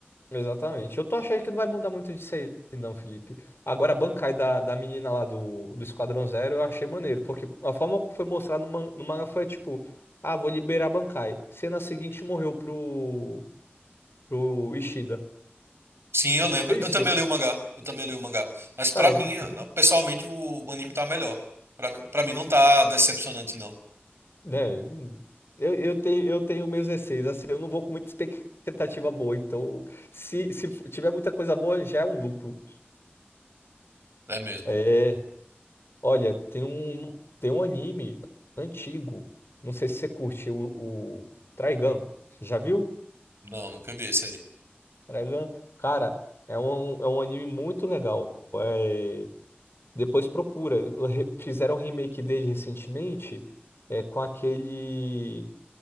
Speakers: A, on the left; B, on the right.
A: Exatamente. Eu tô achando que não vai mudar muito disso aí, não, Felipe. Agora, a Bankai da, da menina lá do, do Esquadrão Zero eu achei maneiro, porque a forma que foi mostrado no, man- no manga foi tipo: ah, vou liberar a Bankai. Cena seguinte morreu pro, pro Ishida.
B: Sim, eu lembro.
A: Foi isso.
B: Eu também li o mangá. Eu também li o mangá. Mas pra
A: Cara,
B: mim, ah,
A: <laughs>
B: pessoalmente, o, o anime tá melhor. Pra mim, pra mim não tá decepcionante, não.
A: né? Eu, eu tenho, eu tenho meus receios, assim, eu não vou com muita expectativa boa, então se, se tiver muita coisa boa, já é um lucro.
B: É mesmo.
A: É. Olha, tem um, tem um anime antigo. Não sei se você curte o, o Trigun. Já viu?
B: Não, nunca vi esse aí.
A: Trigun, cara, é um, é um anime muito legal. É, depois procura. <laughs> Re- Fizeram um remake dele recentemente, é, com aquele